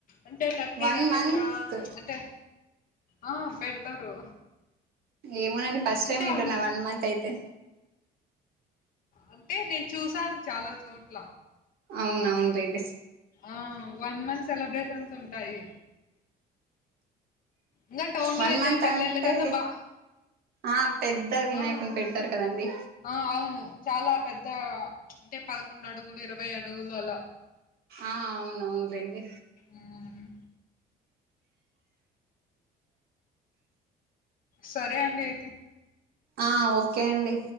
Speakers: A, on the left (about 55°); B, on the right (about 65°).
A: అంటే టక్కిీ
B: వన్
A: గణేశా
B: మంత్
A: అంటే ఆ పెడతారు
B: ఏమోనండి ఫస్ట్
A: అంటే
B: టైమ్ వింటున్నా
A: అమ్మ-
B: వన్ మంత్ అయితే
A: అంటే నేను చూసాను చాలా చోట్ల
B: అవునవును లేండి
A: ఆ వన్ మంత్ సెలబ్రేషన్స్ ఉంటాయి ఇంకా టౌన్లో
B: వన్
A: అయితే
B: మంత్
A: పల్లెల
B: అంటే
A: కన్నా బా
B: ఆ పెద్ద వినాయకుని
A: ఆ,
B: పెడతారు కదండి
A: ఆ అవును చాలా పెద్ద అంటే పదకొండు అడుగులు ఇరవై అడుగులు అలా
B: ఆ అవునువును లేండి
A: ఉమ్, సరే అండి అయితే
B: ఆ ఓకే అండి